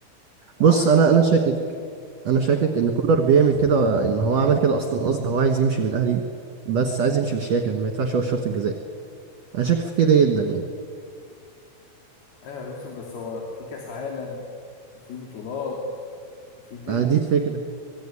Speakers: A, on the left; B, on the right.
A: وعمل
B: بص أنا أنا شاكك أنا شاكك
A: إنجاز.
B: إن كولر بيعمل كده إن هو عمل كده أصلا قصد هو عايز يمشي من الأهلي بس عايز يمشي بالشياكة ما يدفعش هو الشرط الجزائي أنا شاكك في كده جدا يعني
A: ايوه يا يوسف بس هو في كاس عالم وفي بطولات وفي دنيا
B: آه، دي الفكرة